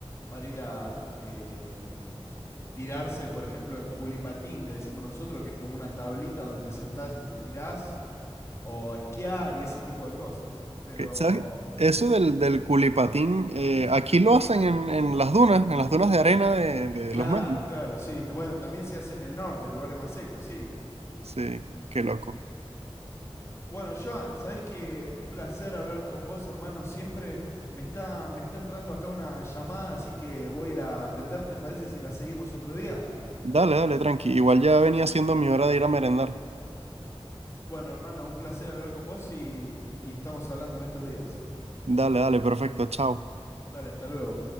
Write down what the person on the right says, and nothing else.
Ok,
¿Sabes? Eso del, del culipatín, eh, aquí lo hacen en, en las dunas, en las dunas de arena de, de
los medios.
Sí, qué loco.
Dale, dale, tranqui. Igual ya venía siendo mi hora de ir a merendar.
Dale, dale, perfecto, chao.